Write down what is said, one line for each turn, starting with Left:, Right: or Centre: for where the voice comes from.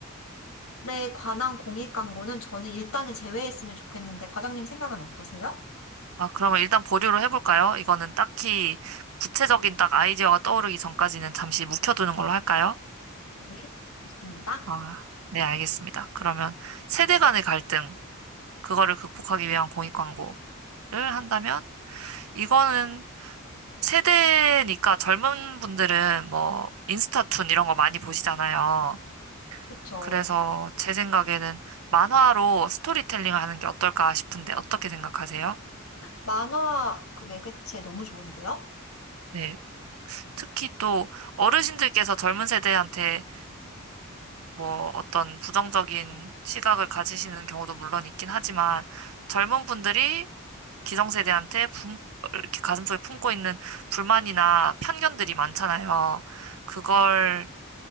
Left: 에 관한 공익 광고는 저는 일단은 제외했으면 좋겠는데, 과장님 생각은 어떠세요?
Right: 아, 그러면 일단 보류로 해볼까요? 이거는 딱히 구체적인 딱 아이디어가 떠오르기 전까지는 잠시 묵혀두는 걸로 할까요?
Left: 네. 좋습니다.
Right: 아, 네, 알겠습니다. 그러면 세대 간의 갈등, 그거를 극복하기 위한 공익 광고를 한다면, 이거는 세대니까 젊은 분들은 뭐 인스타툰 이런 거 많이 보시잖아요.
Left: 그쵸.
Right: 그래서 제 생각에는 만화로 스토리텔링 하는 게 어떨까 싶은데 어떻게 생각하세요?
Left: 만화 그 매개체 너무 좋은데요?
Right: 네. 특히 또 어르신들께서 젊은 세대한테 뭐 어떤 부정적인 시각을 가지시는 경우도 물론 있긴 하지만 젊은 분들이 기성세대한테 품, 이렇게 가슴속에 품고 있는 불만이나 편견들이 많잖아요. 그걸